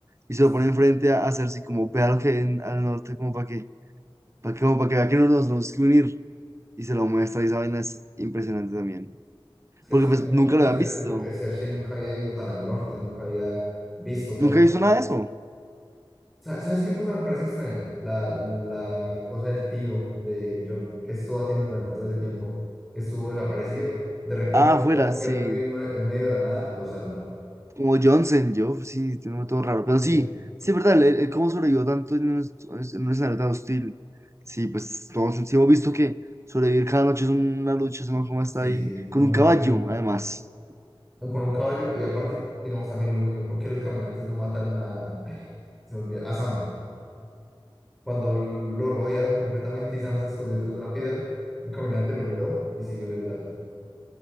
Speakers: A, on the right; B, in the centre.
A: y se
B: sí.
A: lo pone enfrente a, a Cersei, como vea lo que ven al norte, como para que, para que, como para que vea que nos, nos tenemos que unir, y se lo muestra, y esa vaina es impresionante también.
B: Es que
A: Porque
B: es una
A: pues
B: cosa
A: nunca
B: muy intencionante
A: lo habían visto,
B: porque Cersei nunca había ido tan al norte, nunca había visto todo
A: nunca
B: lo
A: he
B: que
A: visto nada de eso.
B: Sa- ¿Sabes qué cosa me parece extraña? La, la cosa del tío de John, que estuvo haciendo durante todo ese tiempo, que estuvo desaparecido. De repente,
A: Ah, afuera,
B: John
A: sí.
B: perdido en, me- en medio de la nada, lo salva.
A: Como Johnson, yo, sí, tiene un nombre todo raro. Pero
B: Sí,
A: sí, sí, es verdad, él, él cómo sobrevivió tanto en un, en un escenario tan hostil. Sí, pues todos sí hemos visto que sobrevivir cada noche es una lucha, sabemos cómo está
B: sí,
A: ahí,
B: sí,
A: con
B: como
A: un
B: perdió
A: caballo,
B: con,
A: además.
B: con un caballo. Y aparte, digamos también lo mismo, ¿por qué los caminantes no mataron a, ay, se me olvida, a Sam? Cuando lo rodearon completamente y Sam se escondió detrás de una piedra, un caminante lo miró y siguió de largo.